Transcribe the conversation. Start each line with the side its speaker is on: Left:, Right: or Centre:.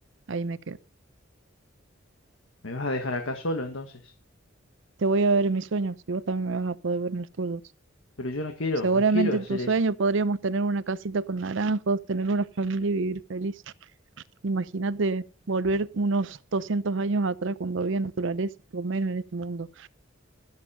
Right: ahí me quedo.
Left: ¿Me vas a dejar acá solo entonces?
Right: Te voy a ver en mis sueños y vos también me vas a poder ver en los tuyos.
Left: Pero yo no quiero,
Right: Seguramente
Left: no quiero hacer
Right: en tu sueño
Left: eso.
Right: podríamos tener una casita con naranjos, tener una familia y vivir feliz. Imagínate volver unos 200 años atrás cuando había naturaleza, por lo menos en este mundo.